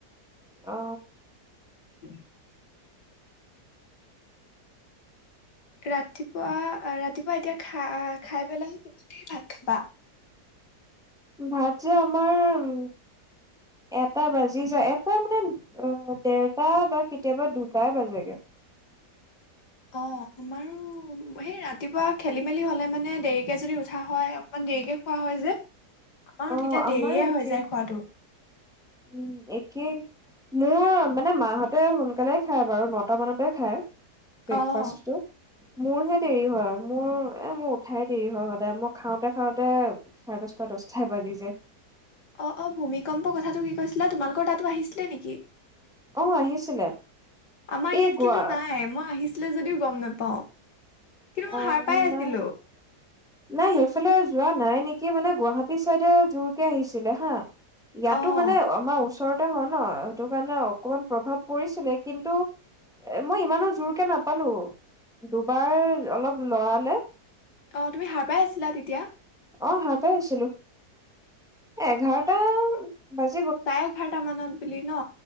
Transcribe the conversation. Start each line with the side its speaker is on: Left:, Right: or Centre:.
Centre: অ
Left: উম ৰাতিপুৱা ৰাতিপুৱা এতিয়া খা খাই পেলাইহে কিমান দেৰি ভাত খাবা
Centre: ভাত যে আমাৰ উম এটা বাজি যায় এটা মানে দেৰটা বা কেতিয়াবা দুটাই বাজগে
Left: অ আমাৰো সেই ৰাতিপুৱা খেলি মেলি হলে মানে দেৰিকে যদি উঠা হয় অকমান দেৰিকে খোৱা হয় যে আমাৰ
Centre: অ'
Left: তেতিয়া
Centre: আমাৰো
Left: দেৰিয়ে
Centre: একে
Left: হৈ যায় খোৱাটো
Centre: উম একেই মোৰ মানে মাহঁতে সোনকালে খায় বাৰু নটা মানতে খায় ব্ৰেকফাষ্টটো
Left: অ'
Centre: মোৰহে দেৰি হয় মোৰ এ মোৰ উঠাই দেৰি হয় সদায় মই খাওঁতে খাওঁতে চাৰে দছটা দছটাই বাজি যায়
Left: অ অ ভূমিকম্প কথাটো কি কৈছিলা তোমালোকৰ তাত আহিছিলে নেকি
Centre: অ আহিছিলে
Left: আমাৰ
Centre: এই
Left: ইয়াত
Centre: গোৱা
Left: কিন্তু নাই মই আহিছিল আছিলে যদিও গম নাপাওঁ কিন্তু মই
Centre: অ
Left: সাৰ পাই আছিলো।
Centre: ন নাই সেইফালে যোৱা নাই নেকি মানে গুৱাহাটী চাইডে জোৰকে আহিছিলে হা ইয়াতো
Left: অ'
Centre: মানে আমাৰ ওচৰত হয় ন সেইটো কাৰণে অকমান প্ৰভাৱ পৰিছিলে কিন্তু এ মই ইমানো জোৰকে নাপালো দুবাৰ অলপ লৰালেে
Left: অ তুমি সাৰ পাই আছিলা তেতিয়া
Centre: অ হ পাই আছিলো এঘাৰটা বাজে
Left: চাই এঘাৰটা মানত বুলি ন